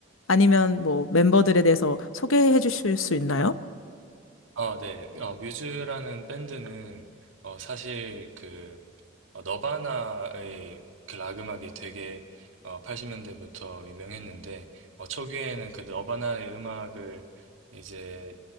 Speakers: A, on the left (about 85°); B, on the right (about 85°).
A: 아니면 뭐 멤버들에 대해서 소개해 주실 수 있나요?
B: 어, 네. 어, 뮤즈라는 밴드는 어, 사실 그 어, 너바나의 그 락 음악이 되게 어, 80년대부터 유명했는데 어, 초기에는 그 너바나의 음악을 이제